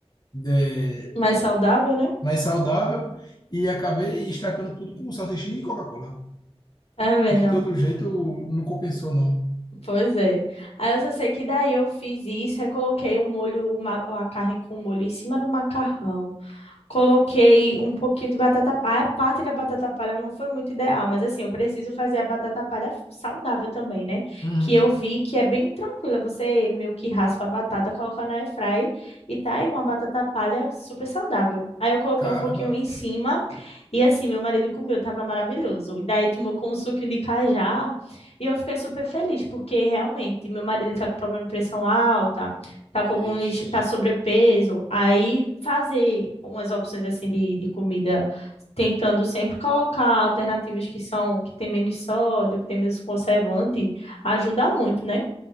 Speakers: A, on the left; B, on the left.
A: é,
B: mais saudável, né?
A: mais saudável e acabei estragando tudo com salsichinha e Coca-Cola.
B: Tá vendo?
A: De todo jeito, não compensou, não.
B: Pois é. Aí eu só sei que daí eu fiz isso, aí coloquei o molho, o ma- a carne com o molho em cima do macarrão. Coloquei um pouquinho de batata. Ah, a parte da batata palha não foi muito ideal, mas assim, eu preciso fazer a batata palha saudável também, né?
A: Uhum.
B: Que eu vi que é bem tranquila. Você meio que raspa a batata, coloca na airfry e tá aí uma batata palha super saudável. Aí eu coloquei
A: Caramba.
B: um pouquinho em cima e assim, meu marido comeu, tava maravilhoso. E daí tomou com um suquinho de cajá e eu fiquei super feliz, porque realmente meu marido tá com problema de pressão alta tá com alguns,
A: Ixi.
B: tá sobrepeso, aí fazer umas opções assim de, de comida, tentando sempre colocar alternativas que são, que tem menos sódio, que tem menos conservante, ajuda muito, né?